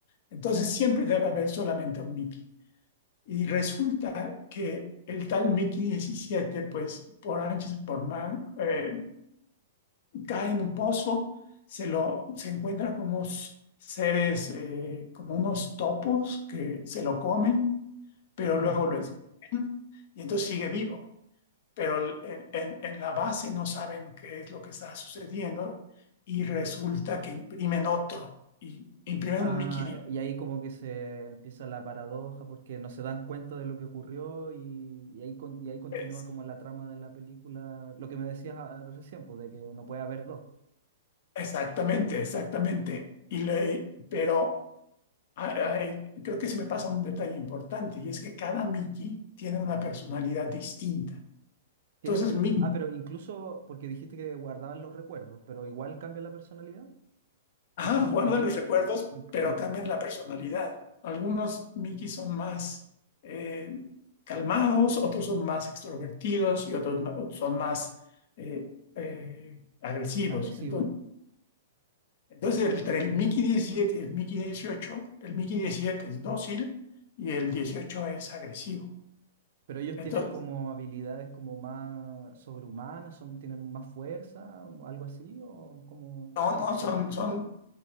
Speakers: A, on the left (about 55°); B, on the right (about 60°).
A: Entonces siempre debe haber solamente un Mickey. Y resulta que el tal Mickey diecisiete pues por anchos y por man, eh, cae en un pozo, se lo se encuentra con unos seres, eh, como unos topos que se lo comen, pero
B: <clears throat>
A: luego lo escupen y entonces sigue vivo. Pero el- en, en- en la base no saben qué es lo que está sucediendo y resulta que imprimen otro, y imprimen
B: Ah,
A: un Mickey D.
B: y ahí como que se empieza la paradoja porque no se dan cuenta de lo que ocurrió y, y ahí, con- y ahí continúa
A: Es-
B: como la trama de la película, lo que me decías ah, recién, pues, de que no puede haber dos.
A: exactamente, exactamente. Y le, pero Ay, ay, creo que se me pasa un detalle importante y es que cada Mickey tiene una personalidad distinta. Entonces,
B: Tiene perso-
A: Mickey,
B: ah, pero incluso porque dijiste que guardaban los recuerdos, pero igual cambia la personalidad,
A: ajá,
B: incluso,
A: guarda
B: inclu-
A: los recuerdos,
B: inc-
A: pero
B: incluso
A: cambian la personalidad. Algunos Mickey son más eh, calmados, otros son más extrovertidos y otros, ma- otros son más eh, eh, agresivos.
B: agresivo.
A: Entonces, entonces, entre el Mickey diecisiete y el Mickey dieciocho el Mickey diecisiete es dócil y el 18 es agresivo.
B: Pero ellos
A: Entonces,
B: tienen como habilidades como más sobrehumanas, son, tienen más fuerza, o algo así, o como
A: no,
B: físicamente,
A: no, son, son